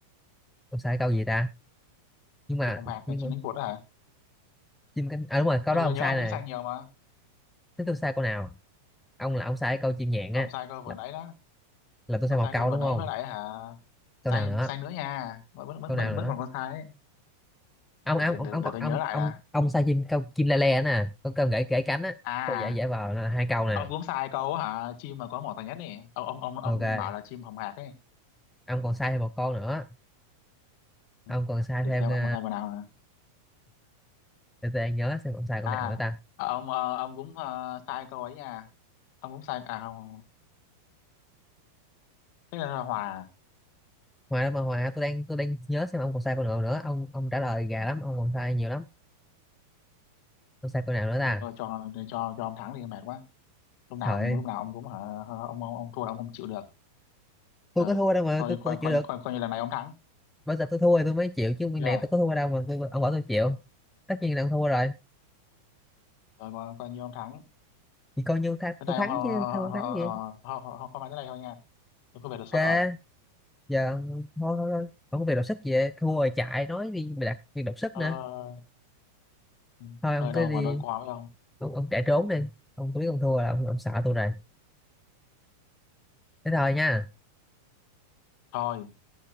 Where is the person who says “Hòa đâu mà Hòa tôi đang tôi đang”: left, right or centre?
Centre